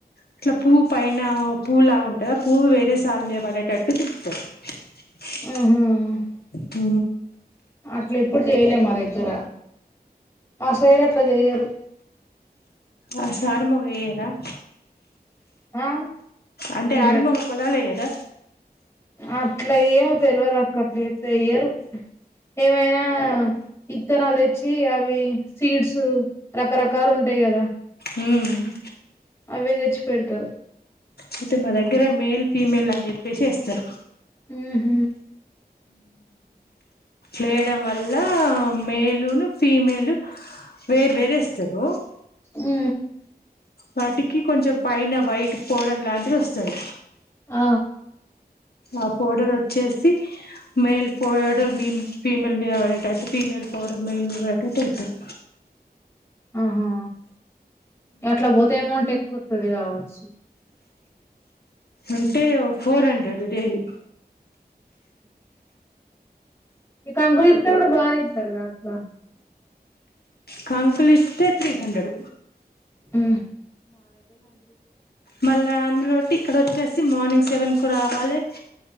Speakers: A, on the left (about 75°); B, on the left (about 15°).
A: ఇట్లా పువ్ పైన పువ్ లా ఉంటుది పువ్వు వేరే సాల మీద పడేటట్టు దులుపుతారు <inaudible>
B: ఆహా
A: హ
B: అట్లా ఎప్పుడు చేయలే మా దగ్గర చేనట్లు చేయరు
A: అ సారు మగ్యార <inaudible>
B: ఆ
A: అంటే
B: ఇంటిద
A: ఆడిమొగ పాలలో అయ్యారా
B: అట్లా ఏమో తెలియదు అక్క అట్లా అయ్యరు ఏమైనా ఇత్తనాలు తెచ్చి అవి సీడ్స్ రకరకాలు ఉంటాయి కదా
A: ఉమ్
B: అవే తెచ్చి పెడతారు
A: అయితే మా దగ్గర మేల్ ఫీమేల్ అని చెప్పేసి వేస్తారు
B: ఆ హ
A: లేయడం వల్ల మేలును ఫీమేలు వేరు వేరే ఇస్తారు
B: ఉ
A: వాటికి కొంచెం పైన వైట్ పౌడర్ లాంటిది వస్తంది
B: ఆ
A: ఆ పోడర్ వచ్చేసి మెయిల్ పోడర్ మీ ఫీమేల్ మీద పడేటట్టు ఫీమేల్ పౌడర్ మేల్ మీద పడేటట్టు వేస్తారు
B: ఆహా అట్లా పోతే అమౌంట్ ఎక్కువతుది కావచ్చు
A: అంటే ఫోర్ హండ్రెడ్ డైలీ
B: మీ కంకులు కూడా బాగానే ఇచ్చారుగా అక్క <inaudible>
A: కంకులి ఇష్టే త్రీ హండ్రెడ్
B: ఆ
A: మళ్ళా అందులోటి ఇక్కడ వచ్చేసి మార్నింగ్ సెవెన్ రావాలి